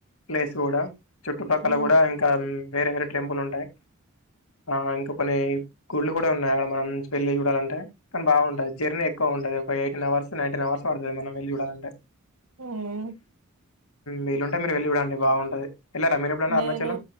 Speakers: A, on the left; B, on the right.
A: లే్లేస్ కూడా చుట్టుపక్కల
B: ఉమ్
A: కూడా ఇంకా వే టెంపులు ఉంటాయి ఆ ఇంకా కొన్ని గుళ్లు కూడా ఉన్నాయి అక్కడ మనం వెళ్లిి చూడాలంటే కానీ బాగుంటది జర్నీ ఎక్కువ ఉంటది ఒక ఎయిటీన్ అవర్స్ నైన్టీన్ అవర్స్ పడుతుంది మనం వెళ్ళి చూడాలంటే
B: ఉమ్
A: వీళ్ళుంటే మీరు వెళ్లి చూడండి బాగుంటది ఎళ్ళారా మీరు ఎప్పుడైనా
B: నేను
A: అరుణాచలం?